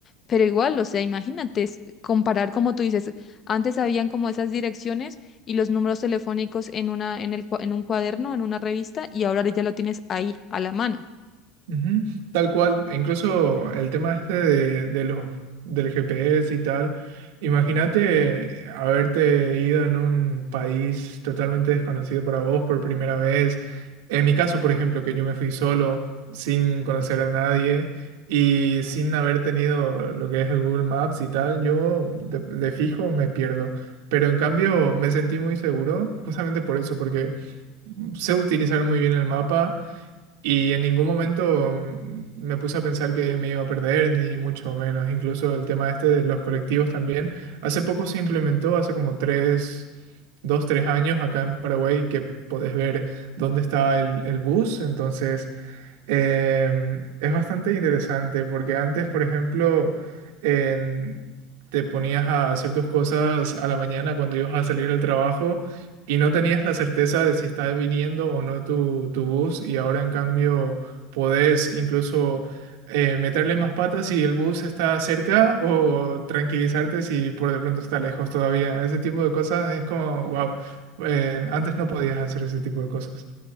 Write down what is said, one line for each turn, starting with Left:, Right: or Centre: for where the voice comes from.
Left: pero igual, o sea, imagínate, es comparar como tú dices, antes habían como esas direcciones y los números telefónicos en una, en el, cua- en un cuaderno, en una revista, y ahora ya lo tienes ahí, a la mano.
Right: Ujú, Tal cual, incluso el tema este de, de los del GPS y tal. Imagínate haberte ido en un país totalmente desconocido para vos por primera vez. En mi caso, por ejemplo, que yo me fui solo, sin conocer a nadie y sin haber tenido lo que es el Google Maps y tal, yo de, de fijo me pierdo. Pero en cambio me sentí muy seguro, justamente por eso, porque sé utilizar muy bien el mapa y en ningún momento mm, me puse a pensar que me iba a perder, ni mucho menos. Incluso el tema este de los colectivos también. Hace poco se implementó, hace como tres, dos, tres años acá en Paraguay, que podés ver dónde está el, el bus. Entonces, Em, es bastante interesante porque antes, por ejemplo, en- te ponías a hacer tus cosas a la mañana cuando ibas a salir al trabajo y no tenías la certeza de si estaba viniendo o no tu, tu bus y ahora en cambio podés incluso eh, meterle más patas si el bus está cerca o tranquilizarte si por de pronto está lejos todavía. Ese tipo de cosas es como, wow, antes no podías hacer ese tipo de cosas.